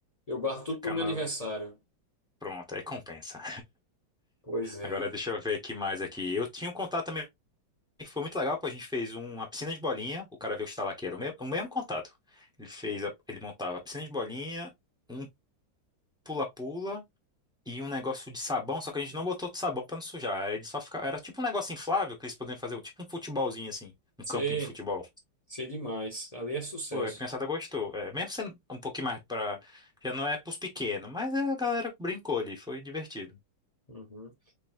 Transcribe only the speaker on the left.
eu guardo tudo
pro meu
aniversário.
Pois é.
Sei.
Sei demais. Ali é sucesso.
Uhum.